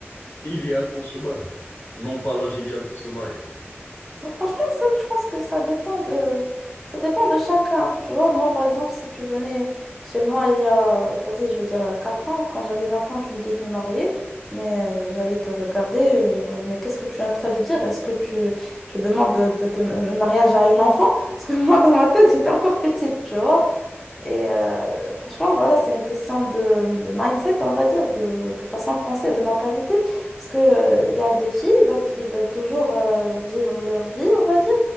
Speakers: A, on the left; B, in the centre.
A: idéale pour se marier? Non pas l'âge idéal pour se marier.
B: Mais Franchement, ça, je pense que ça dépend de, ça dépend de chacun. Tu vois, moi, par exemple, si tu venais chez moi il y a, vas-y, je vais dire 4 ans, quand j'avais 20 ans, tu me disais de me marier, mais euh, j'allais te regarder, genre, mais qu'est-ce que tu es en train de dire? Est-ce que tu, tu demandes de, de- de- le mariage à une enfant? Parce que <laughs> moi, dans ma tête, j'étais encore petite, tu vois. Et euh, franchement, voilà, c'est une question de, de mindset, on va dire, de, de façon de penser, de mentalité. Parce que, euh, il y a des filles bah, qui veulent toujours euh, vivre leur vie, on va dire,